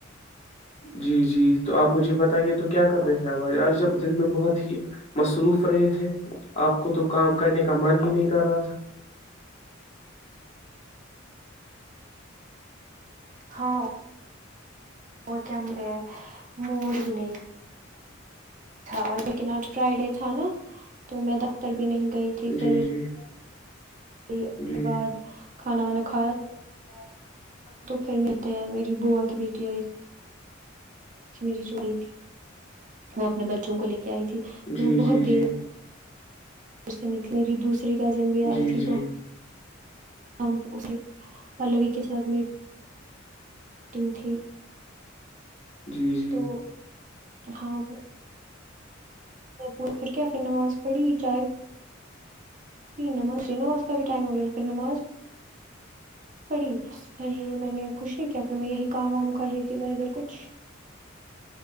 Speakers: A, on the left; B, on the right.
A: جی جی تو آپ مجھے بتائیے تو کیا کر رہے تھے آاز آج جب دن میں بہت ہی مصروف رہے تھے آپ کو تو کام کرنے کا من ہی نہیں کر رہا تھا <inaudible>
B: ہاں اور کیا مرے موور ہی نہیں <inaudible> تھا لیکنٹ فرائیڈے تھا نا تو میں دفتر بھی نہیں گئی تھی
A: جی
B: پھر
A: جی
B: پھر
A: جی
B: بعد کھانا وانا کھایا <inaudible>
A: <inaudible>
B: تو پھر م ت میری بوا کی بیٹی آئی تھی میری جوڑئی <inaudible> تھی وہ اپنے بچوں کو لے کے آئی تھی پھر
A: جی
B: وہ بہت
A: جی جی
B: دیر پھر سے نکلےلی دوسری کزن بھی
A: جی
B: آئی تھی
A: جی
B: تو ہم اس پلوی کے ساتھ میٹ ٹنگ تھی
A: جی جی
B: تو ہاں پ پھر کیا پھر نماز <inaudible> بڑی <inaudible> پی نماز نا اس کا بھی ٹائم وغیرہ پھر نماز پڑی <inaudible> پھر میں نے کچھ نہیں کیا پھر میں یہی کام وام کر رہی تھی ادھر ادھر کچھ